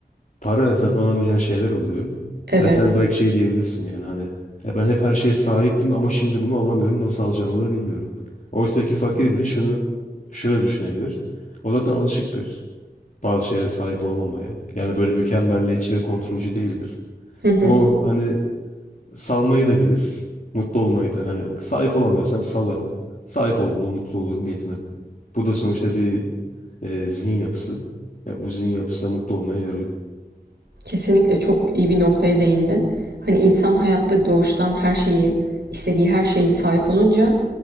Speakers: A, on the left; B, on the right.
A: Para satın alamayacağın şeyler oluyor.
B: Evet.
A: Ve sen belki şey diyebilirsin yani hani e ben hep her şeye sahiptim ama şimdi bunu alamıyorum nasıl alacağımı da bilmiyorum. Oysa ki fakir bile şunu şöyle düşünebilir. O zaten alışıktır bazı şeylere sahip olmamaya. Yani böyle mükemmelliyetçi ve kontrolcü değildir.
B: <laughs>
A: O hani salmayı da bilir, mutlu olmayı da. Hani sahip olamıyorsam salarım. Sahip olduğumda mutlu olurum, yetinirim. Bu da sonuçta bir e, zihin yapısı. Ya bu zihin yapısı da mutlu olmaya yarıyor.
B: Kesinlikle çok iyi bir noktaya değindin. Hani insan hayatta doğuştan her şeyi, istediği her şeyi sahip olunca